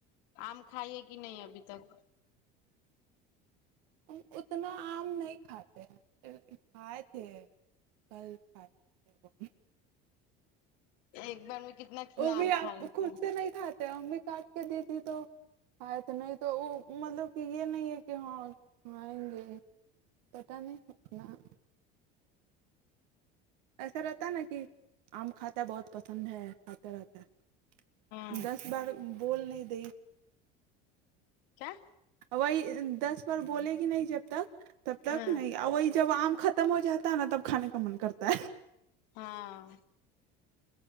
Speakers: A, on the left; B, on the right.
A: آم کھائیے کہ نہیں ابھی تک
B: ہم اتنا آم نہیں کھاتے ہیں کھائے تھے کل کھائے تھ وہ
A: ایک بار میں کتنا کتنا
B: وہ بھی
A: آم
B: آپ
A: کھا لیتے
B: خود
A: ہیں۔
B: سے نہیں کھاتے امی کاٹ کے دی تھی تو آئے تو نہیں تو وہ مطلب کہ یہ نہیں ہے کہ ہاں کئیں گے پت نہیں انا ایسا رہتا نا کہ آم کھاتا ہے بہت پسند ہے کھاتا رہتا ہے
A: ہوں
B: دس بار بول نہیں دئی
A: کیا
B: وہی دس بار بولے گی نہیں جب تک تب تک
A: ہاں
B: نہیں آ وہی جب آم ختم ہو جاتا ہے نا تب کھانے کا من کرتا ہے
A: ہاں